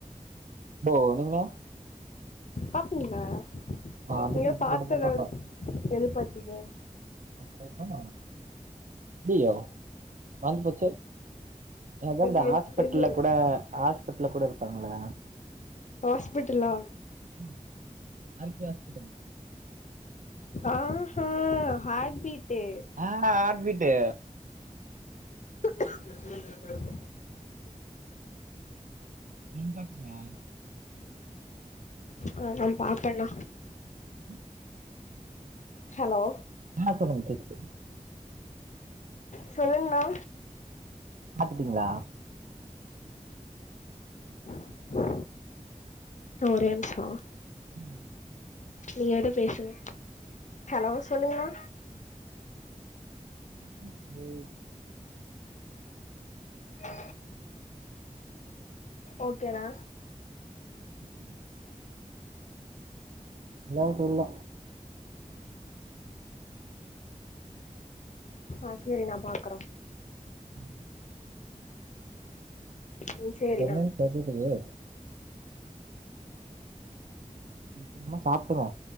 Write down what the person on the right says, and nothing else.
போ நீங்க
நா வந்துட்டு
இது
மட்டுந்தா பாப்பே
<unintelligible> ஐய்யோ மறந்து போச்சே ஏதா
இந்த
ஹாஸ்பிட்டல்ல
கூட ஹாஸ்பிட்டல்ல கூட இருப்பாங்களே
ம் ஆர் கே ஹஸ்பிட்டல்
ஆ ஹாட்பிட்டு
நீங்க பாப்பிங்களா
ம்
ஆ சொல்லுங்க கேக்குது
பாத்துட்டீங்களா
ம்
ம்
ஓகே எல்லா இருக்குல்ல
ம்
என்னன்னு தெரியலையே சிக்ரமா சாப்டுவோ